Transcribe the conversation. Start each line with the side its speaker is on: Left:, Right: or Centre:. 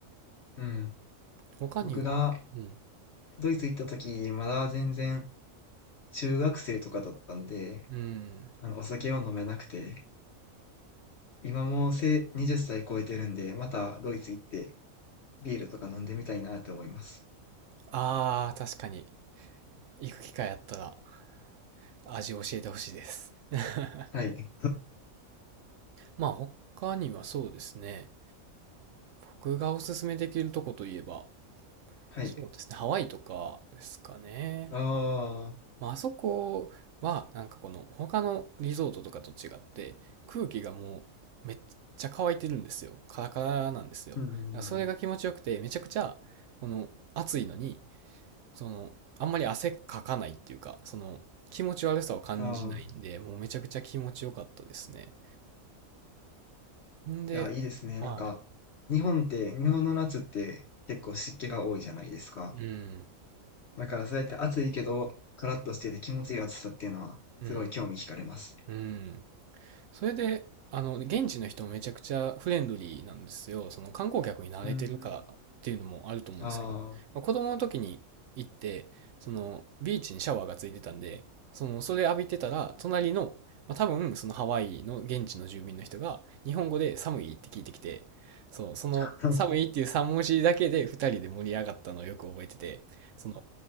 Left: うん。
Right: 他には、
Left: 僕が
Right: うん。
Left: ドイツ行った時、まだ全然中学生とかだったんで、
Right: うん。
Left: あの、お酒を飲めなくて、今もうせ20歳超えてるんで、またドイツ行ってビールとか飲んでみたいなって思います。
Right: ああ、確かに。行く機会あったら味教えてほしいです。<laughs>
Left: はい。
Right: まあ他にはそうですね。僕がおすすめできるとこといえば、
Left: はい。
Right: そうですね。ハワイとかですかね。
Left: ああ、
Right: まあ、あそこは、なんかこの、他のリゾートとかと違って、空気がもう、めっちゃ乾いてるんですよ。カラカラなんですよ。
Left: うんうんうん
Right: だからそれが気持ちよくて、めちゃくちゃ、この、暑いのに、その、あんまり汗かかないっていうか、その、気持ち悪さを感じないんで、
Left: ああ、
Right: もうめちゃくちゃ気持ちよかったですね。んで、
Left: いや、いいですね。
Right: はい。
Left: なんか、日本って、日本の夏って結構湿気が多いじゃないですか。
Right: うん、
Left: だからそうやって暑いけど、カラッとしてて気持ちいい暑さっていうのは、
Right: うん、
Left: すごい興味惹かれます。
Right: うん。それで、あの、現地の人もめちゃくちゃフレンドリーなんですよ。その観光客に慣れてるからっていうのもあると思うんですけど、
Left: うーん。あ
Right: まあ、子供の時に行って、そのビーチにシャワーがついてたんで、その、それ浴びてたら、隣の、まあ、多分そのハワイの現地の住民の人が日本語で寒いって聞いてきて、そう、その寒いっていう3文字だけで2人で盛り上がったのをよく覚えてて、
Left: あ。<laughs>
Right: その